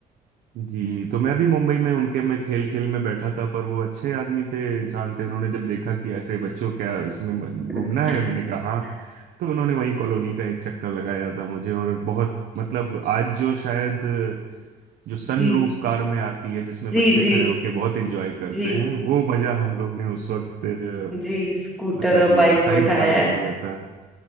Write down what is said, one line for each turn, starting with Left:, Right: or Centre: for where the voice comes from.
Right: जी तो मैं भी मुंबई में उनके में खेल खेल में बैठा था पर वो अच्छे आदमी थे इंसान थे उन्होंने जब देखा कि अरे बच्चों क्या इसमें म- घूमना
Centre: <laughs>
Right: है मैंने कहा हाँ तो उन्होंने वहीं कॉलोनी का एक चक्कर लगाया था मुझे और बहुत मतलब आज जो शायद जो सनरूफ
Centre: जी
Right: कार में आती है जिसमें
Centre: जी
Right: बच्चे
Centre: जी
Right: खड़े होके बहुत एंजॉय करते
Centre: जी
Right: हैं वो मजा हम लोग ने उस वक्त अ,
Centre: जी स्कूटर
Right: मतलब
Centre: और
Right: ये
Centre: बाइक
Right: साइड
Centre: में उठाया
Right: कार में
Centre: है
Right: लिया था